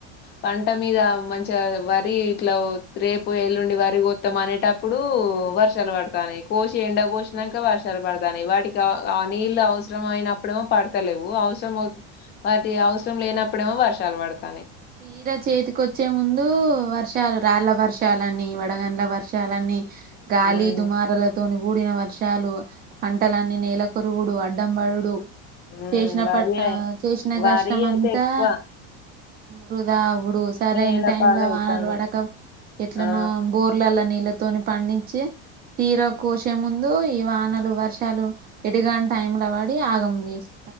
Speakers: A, on the left; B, on the right.
A: పంట మీద మంచిగా వరి ఇట్లా రేపు ఎల్లుండి వరి కొత్తాం అనేటప్పుడు ప్పుడు వర్షాలు పడతానాయి కోసి ఎండ పోసినాంక వర్షాలు పడతానాయి వాటికి ఆ నీళ్ళు అవసరం అయినప్పుడేమో పడతలేవు అవసరం వాటి అవ అవసరం లేనప్పుడేమో వర్షాలు పడతానయి
B: తీర చేతికిొచ్చే ముందు వర్షాలు రాళ్ళ వర్షాలన్నీ వడగంల వర్షాలని గాలి
A: ఉమ్,
B: దుమారల తోని గూడిన వర్ష చాలు పంటలన్నీ నేలకొరుగుడు అడ్డంబడుడు
A: ఉమ్,
B: చేసిన
A: వరి
B: పట్
A: అయి-
B: చేసిన
A: వరి
B: కష్టం
A: అయితే
B: అంతా
A: ఎక్కువ
B: వృదా సరైన
A: నేల
B: టైం
A: పాలవుతుంది
B: లో వానలు పడక ఎట్లనో
A: ఆ
B: బోర్లలా నీ తోని పండించి తీర కోసే ముందు ఈ వానలు వర్షాలు ఎటుగాని టైం లో పడి ఆగం చేసి